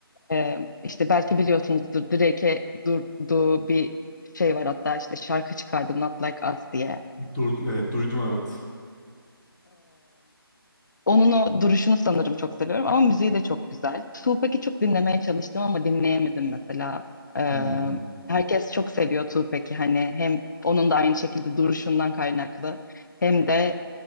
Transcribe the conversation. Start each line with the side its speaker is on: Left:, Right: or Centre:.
Left: Ee, işte belki biliyorsunuzdur Drake'e durduğu bir şey var hatta işte şarkı çıkardı Not Like Us diye.
Centre: Dur, evet, duydum evet.
Left: Onun o duruşunu sanırım çok seviyorum ama müziği de çok güzel. Tupac'i çok dinlemeye çalıştım ama dinleyemedim mesela. Ee,
Centre: Hmm.
Left: herkes çok seviyor Tupac'i hani hem onun da aynı şekilde duruşundan kaynaklı hem de